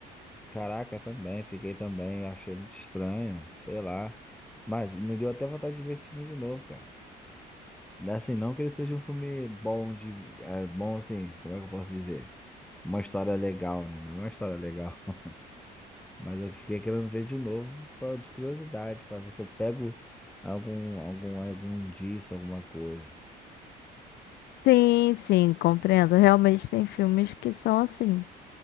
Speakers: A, in the centre; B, on the left.
A: Caraca, também, fiquei também, achei muito estranho, sei lá. Mas me deu até vontade de ver esse filme de novo, cara. Assim, não que ele seja um filme bom de. ah, Bom assim, como é que eu posso dizer? Uma história legal, né? Não é uma história legal. <laughs> Mas eu fiquei querendo ver de novo pra, de curiosidade, pra ver se eu pego algum, algum, algum indício, alguma coisa.
B: Sim, sim, compreendo. Realmente tem filmes que são assim.